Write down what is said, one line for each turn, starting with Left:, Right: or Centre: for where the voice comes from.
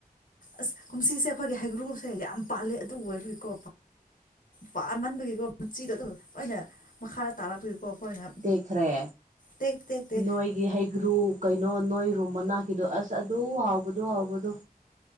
Left: ꯑꯁ ꯀꯨꯝꯁꯤꯁꯦ ꯑꯩꯈꯣꯏꯒꯤ ꯍꯩꯒ꯭ꯔꯨꯁꯦ ꯌꯥꯝ ꯄꯥꯜꯂꯤ ꯑꯗꯨ ꯑꯣꯏꯕꯒꯤꯀꯣ ꯄꯥꯃꯟꯕꯒꯤ ꯎꯆꯤꯗꯣ ꯑꯗꯨꯝ ꯂꯣꯏꯅ ꯃꯈꯥꯗ ꯇꯥꯔꯛꯄꯒꯤꯀꯣ ꯑꯩꯈꯣꯏꯅ
Right: ꯇꯦꯛꯈ꯭ꯔꯦ
Left: ꯇꯦꯛ ꯇꯦꯛꯇꯦ
Right: ꯅꯣꯏꯒꯤ ꯍꯩꯒ꯭ꯔꯨ ꯀꯩꯅꯣ ꯅꯣꯏ ꯔꯨꯝꯕ ꯃꯅꯥꯛꯀꯤꯗꯣ ꯑꯁ ꯑꯗꯨ ꯍꯥꯎꯕꯗꯨ ꯍꯥꯎꯕꯗꯨ